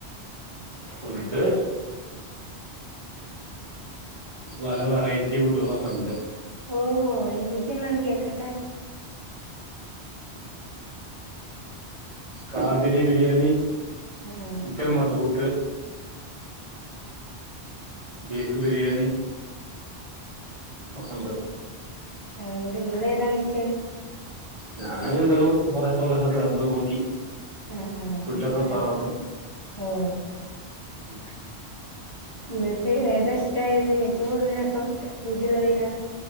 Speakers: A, on the right; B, on the left.
A: ഫുഡ് പല വെറൈറ്റി ഫുഡുകളൊക്കെണ്ട്
B: ഓ ഓ എന്തെക്കെ ന്നാല് കേക്കട്ടെ
A: കാബിരി ബിരിയാണി
B: ആഹ്
A: ക്കൻ മദ്ഹൂത്ത് ബീഫ് ബിരിയാണി ഒക്കെണ്ട്
B: ആണ്ലേ ങ്ങളേ ഏതാ കഴിച്ചേ
A: ഞാന് എല്ലതും കൊറേശേ കൊറേശേ സേമ്പിൾ നോക്കി
B: ആ ആ
A: ഫുഡൊക്കെ ഉസാറാണ്
B: ഓ
A: ഉം
B: ന്നിട്ട് ഏതാ ഇഷ്ടായത് ഏറ്റവും കൂടുതൽ രസം രുചിയുള്ളതെയ്നാ